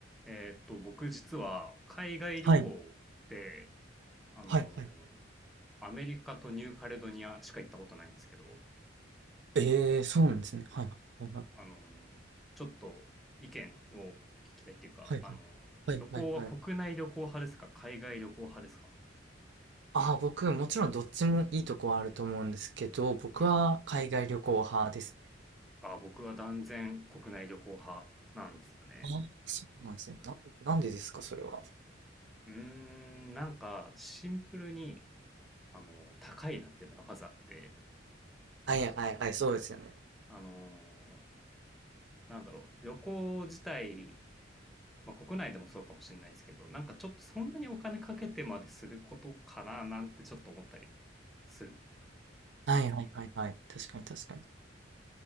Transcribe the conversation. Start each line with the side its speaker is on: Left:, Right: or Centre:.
Centre: えーっと、僕実は海外旅行って
Right: はい。
Centre: あのー
Right: はいはい。
Centre: アメリカとニューカレドニアしか行ったことないんですけど、
Right: ええ、そうなんですね。はいはいはい。
Centre: あのーちょっと意見を聞きたいっていうか、
Right: はいはい。
Centre: あのー旅行は国内旅行派ですか海外旅行派ですか
Right: はいはいはい。ああ、僕、もちろんどっちもいいとこはあると思うんですけど、僕は海外旅行派です。
Centre: うん。あ、僕は断然国内旅行派なんですよね。
Right: ああ、そうなんですね。な、なんでですか、それは。
Centre: うーん、なんかシンプルに、あの高いなっていうのがまずあって、
Right: はいはいはい、そうですよね。
Centre: あのなんだろう、旅行自体まあ、国内でもそうかもしれないですけど、なんかちょっとそんなにお金かけてまですることかななんてちょっと思ったりする。
Right: はいはいはいはい。確かに確かに。